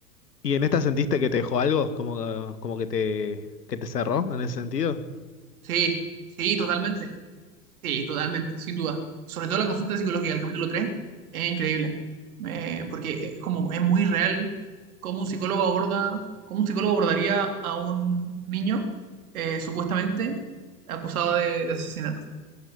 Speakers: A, on the left; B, on the right.
A: ¿Y en esta sentiste que te dejó algo? ¿Como, que- como que te, que te cerró en ese sentido?
B: Sí, sí, totalmente. Sí, totalmente, sin duda. Sobre todo la consulta psicológica del capítulo 3, es increíble. Eh, porque es como es muy real cómo un psicólogo aborda, cómo un psicólogo abordaría a un niño eh, supuestamente acusado de, de asesinato.